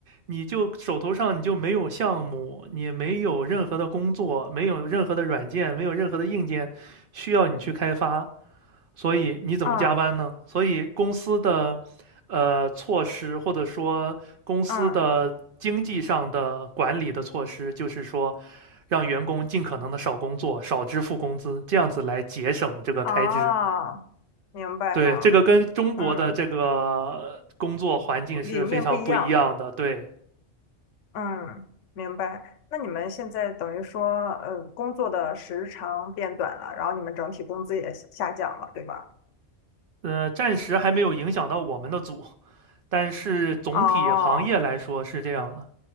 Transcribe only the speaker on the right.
你就手头上你就没有项目，你没有任何的工作，没有任何的软件，没有任何的硬件需要你去开发，所以你怎么加班呢？
所以公司的呃措施，或者说公司的经济上的管理的措施，
就是说让员工尽可能的少工作，少支付工资，这样子来节省这个开支。
对，这个跟中国的这个工作环境是非常不一样的。
对，
呃，暂时还没有影响到我们的组，但是总体行业来说是这样的。